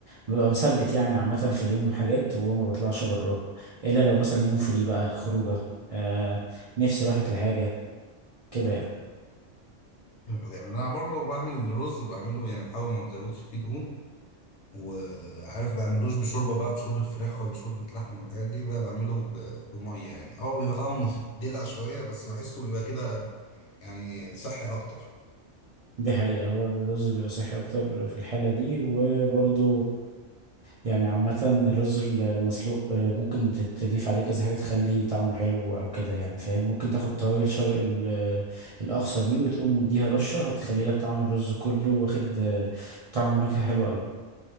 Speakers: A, on the right; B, on the left.
A: ببقى مثبت يعني عامه في اليوم حاجات وما بطلعش براها الا لو مثلا يوم فري بقى خروجه آه، نفسي راحت لحاجه كده يعني
B: حلو جامد انا برضه بعمل الرز بعمله يعني بحاول ما ازودش فيه دهون وعارف بعملوش بشوربه بقى بشوربه فراخ ولا شوربه لحمه والحاجات دي بقى بعمله ب- بميه يعني اه بيبقى طعمه <laughs> دلع شويه بس بحسه بيبقى كده يعني صحي اكتر
A: دي حقيقة هو الرز بيبقى صحي أكتر في الحالة دي وبرضه يعني عامة الرز المسلوق آه، ممكن تت- تضيف عليه كذا حاجة تخلي طعمه حلو أو كده يعني فاهم ممكن تاخد توابل شرق ال- آه، الأقصى دي وتقوم مديها رشة هتخلي لك طعم الرز كله واخد آه، طعم ونكهة حلوة أوي